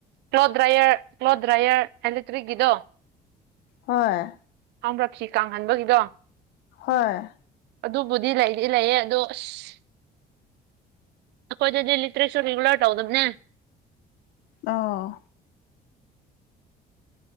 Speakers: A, on the right; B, on the left.
A: ꯀ꯭ꯂꯣꯠ ꯗ꯭ꯔꯥꯏꯌꯔ ꯀ꯭ꯂꯣꯠ ꯗ꯭ꯔꯥꯏꯌꯔ ꯑꯦꯂꯦꯛꯇ꯭ꯔꯤꯛꯀꯤꯗꯣ
B: ꯍꯣꯏ
A: ꯍꯔꯛꯁꯤ ꯀꯥꯡꯍꯟꯕꯒꯤꯗꯣ
B: ꯍꯣꯏ
A: ꯑꯗꯨꯕꯨꯗꯤ ꯂꯩꯗꯤ ꯂꯩꯌꯦ ꯑꯗꯣ ꯑꯁ ꯑꯩꯈꯣꯏꯗ ꯗꯦꯜꯂꯤ ꯇꯔꯤꯁꯁꯨ ꯔꯤꯒꯨꯂꯔ ꯇꯧꯗꯕꯅꯦ
B: ꯑꯧ